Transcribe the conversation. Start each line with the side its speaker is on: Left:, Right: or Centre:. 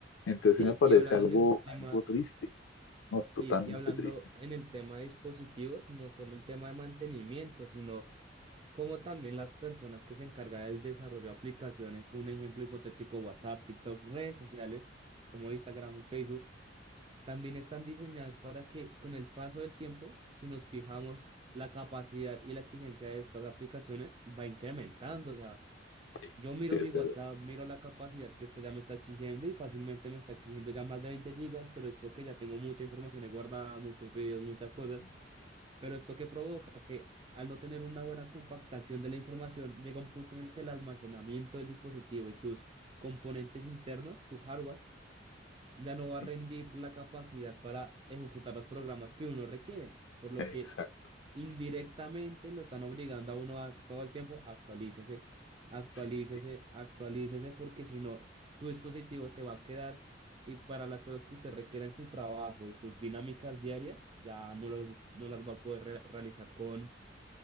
Left: Entonces
Right: Sí,
Left: sí me parece
Right: y hablando
Left: algo,
Right: en Sí. el tema,
Left: algo triste, no es
Right: sí,
Left: totalmente
Right: y hablando
Left: triste.
Right: en el tema de dispositivos, no solo el tema de mantenimiento, sino como también las personas que se encargan del desarrollo de aplicaciones, un ejemplo hipotético, WhatsApp, TikTok, redes sociales como Instagram y Facebook, también están diseñadas para que con el paso del tiempo, si nos fijamos, la capacidad y la exigencia de estas aplicaciones va incrementando, o sea
Left: Sí,
Right: yo miro
Left: sí, es
Right: mi WhatsApp,
Left: verdad.
Right: miro la capacidad que este ya me está exigiendo y fácilmente me está exigiendo ya más de 20 gigas, pero es porque ya tengo mucha información ahí guardada, muchos videos, muchas cosas.
Left: Sí, sí,
Right: Pero esto que provoca que al no tener una buena compactación de la información, llega un punto en el que el almacenamiento del dispositivo y sus componentes internos, su hardware, ya no
Left: sí,
Right: va a rendir la capacidad para ejecutar los programas que uno requiere, por lo
Left: exacto.
Right: que indirectamente lo están obligando a uno a todo el tiempo actualícese, actualícese,
Left: Sí, sí.
Right: actualícese, porque si no, su dispositivo se va a quedar y para las cosas que usted requiera en su trabajo y sus dinámicas diarias, ya no, los, no las va a poder re- realizar con,